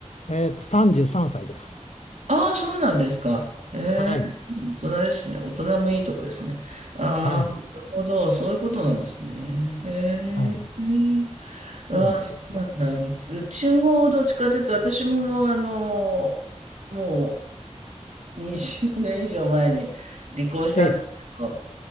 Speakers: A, on the left (about 70°); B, on the right (about 75°).
A: えっと、33歳です。
B: ああ、そうなんですか。ええ、
A: はい。
B: 大人ですね。大人もいいとこですね。ああ、
A: はい。
B: なるほど。そういうことなんですね。へえ。
A: はい。
B: ああ、
A: そうなんですよ。
B: そうなんだ。う、うちもどっちかというと、私も、あの、もう20年以上前に離婚したんですけど、
A: ええ。